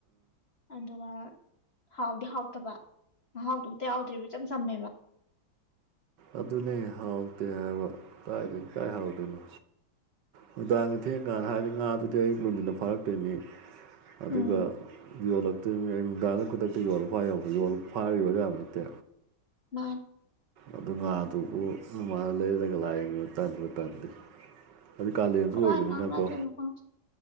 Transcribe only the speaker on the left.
ꯑꯗꯨꯒ ꯍꯥꯎꯗꯤ ꯍꯥꯎꯇꯕ ꯃꯍꯥꯎꯗꯣ ꯑꯝꯇ ꯌꯥꯎꯗ꯭ꯔꯤꯕ ꯏꯆꯝ ꯆꯝꯃꯦꯕ
ꯎꯝ
ꯃꯥ
ꯀꯃꯏ
ꯉꯥꯡꯅꯗꯣꯏꯅꯣ ꯈꯪꯗꯦ